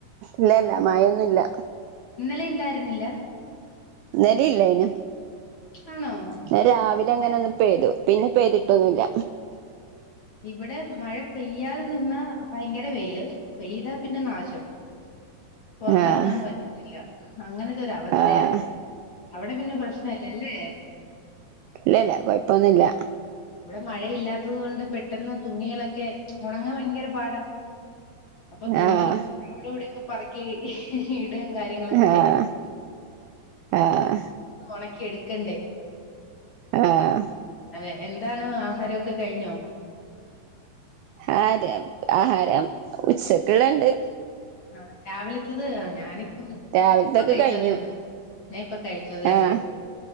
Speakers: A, on the right (about 85°); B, on the left (about 35°).
A: ഇല്ല ഇല്ല മഴയൊന്നുല്ല
B: ഇന്നലെ ഇണ്ടായിരുന്നില്ല
A: ഇന്നലേ ഇല്ലായിന്
B: ആണോ
A: ന്നെ രാവിലെ
B: ഇന്ന്
A: അങ്ങനൊന്നു പെയ്തു പിന്നെ പെയ്തിട്ടൊന്നുല്ല
B: ഇവിടെ മഴ പെയ്യാതെ നിന്നാ ഭയങ്കര വെയില് പെയ്താ പിന്നെ നാശം പൊറത്തെറങ്ങാൻ
A: ആഹ്
B: പറ്റത്തില്ല അങ്ങന ത്തൊരവസ്ഥയാ
A: ആഹ്
B: അവിടെ പിന്ന പ്രശ്നല്ലല്ലേ
A: ഇല്ല്യല്ല കൊയപ്പോന്നുല്ല
B: ഇവിടെ മഴയില്ലാത്തത് കൊണ്ട് പെട്ടെന്ന് തുണികളക്കെ ഒണങ്ങാൻ ഭയങ്കര പാടാ അപ്പൊ തുണികള്
A: ആഹ്
B: അവിടവിടെയൊക്കെ പറക്കീ ഇട് ടേം കാര്യങ്ങളൊക്കെ
A: ആഹ് ആഹ്
B: ഒണക്കി എടുക്കണ്ടേ
A: ആഹ്
B: അതെ എന്താണ് ആഹാരൊക്കെ കഴിഞ്ഞോ
A: അതെ ആഹാരം ഉച്ചക്ക്ള്ള ഇണ്ട്
B: ആഹ് രാവിലത്തത് ആഹ് ഞാനിപ്പോ
A: രാവിലത്തൊക്കെ
B: ഇപ്പ കഴിച്ചന്നേ
A: കഴിഞ്ഞു
B: ഒള്ളു ഞാ ഇപ്പൊ കഴിച്ചതേ
A: ആഹ്
B: ഒള്ളു